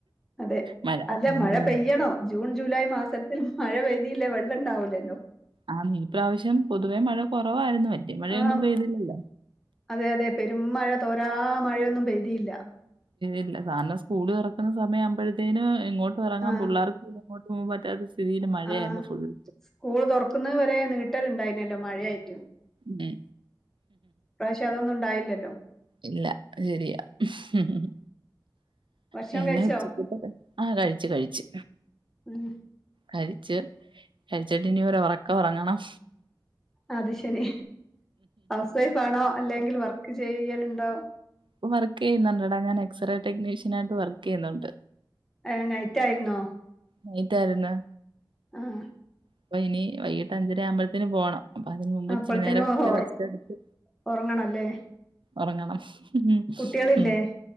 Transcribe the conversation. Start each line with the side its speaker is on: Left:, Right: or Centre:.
Centre: അതെ
Right: മഴ
Centre: അല്ല
Right: ഉം
Centre: മഴ പെയ്യണോ ജൂൺ ജൂലൈ മാസത്തിന് മഴ പെയ്തീല്ലേ വെള്ളം ഉണ്ടാവൂലല്ലോ
Right: ആ നീ പ്രാവശ്യം പൊതുവെമഴ കുറവാരുന്നു വല്യ മഴയൊന്നും
Centre: ആ
Right: പെയ്തില്ലല്ല
Centre: അതെ അതെ പെരും മഴ തോരാ മഴയൊന്നും പെയ്തീല്ല
Right: ഇല്ല കാരണം സ്കൂള് തുറക്കുന്ന സമയ ആവുമ്പോഴത്തേനും ഇങ്ങോട്ടും ഇറങ്ങാൻ
Centre: ആ
Right: പിള്ളേർക്ക് ഇങ്ങോട്ട് പോവാൻ പറ്റാത്ത സ്ഥിതിൽ മഴയായിരുന്നു
Centre: ആ
Right: ഫുള്ള്
Centre: സ്കൂൾ തുറക്കുന്നത് വരെ നീട്ടല് ണ്ടായിനല്ലോ മഴയായിട്ട് ഇ
Right: ഉം
Centre: പ്രാവശ്യതൊന്നും ഉണ്ടായില്ലല്ലോ
Right: ഇല്ല അത് ശരിയാ ഹ് ഹമ്
Centre: ഭക്ഷണം
Right: പിന്നെ
Centre: കഴിച്ചോ
Right: ഉച്ചക്കത്തത് ആഹ് കഴിച്ച് കഴിച്ച്
Centre: ഉം
Right: കഴിച്ച് കഴിച്ചിട്ടിനി ഒരു ഒറക്ക ഒറങ്ങണം
Centre: അത് ശെരി ഹൗസ് വൈഫ് ആണോ അല്ലെങ്കിൽ വർക്ക് ചെയ്യല്ണ്ടോ
Right: ഇപ്പൊ വർക്കെയ്യുന്നുണ്ടടാ ഞാൻ എക്സ്റേ ടെക്നീഷ്യനായിട്ട് വർക്കെയ്യുന്നുണ്ട്
Centre: ഹ് നൈറ്റായിര്ന്നോ
Right: നൈറ്റാരുന്ന്
Centre: ആഹ്
Right: അപ്പൊ ഇനി വൈട്ട് അഞ്ചരയാമ്പഴത്തെന് പോണം അപ്പൊ അതിന് മുമ്പ് ഇച്ചിരി
Centre: അപ്പോഴത്തേനും
Right: നേരം ഒക്കെ
Centre: ഉറ
Right: റസ്റ്റ്‌ എടുത്ത്
Centre: ഉറങ്ങണം അല്ലേ
Right: ഒറങ്ങണം <unintelligible>
Centre: കുട്ടികളില്ലേ
Right: ഉം